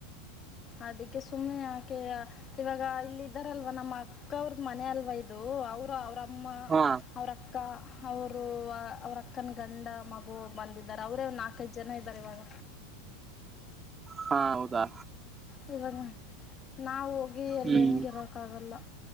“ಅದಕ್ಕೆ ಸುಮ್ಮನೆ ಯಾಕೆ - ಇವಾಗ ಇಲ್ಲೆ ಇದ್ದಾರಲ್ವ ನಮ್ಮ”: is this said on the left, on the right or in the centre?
Left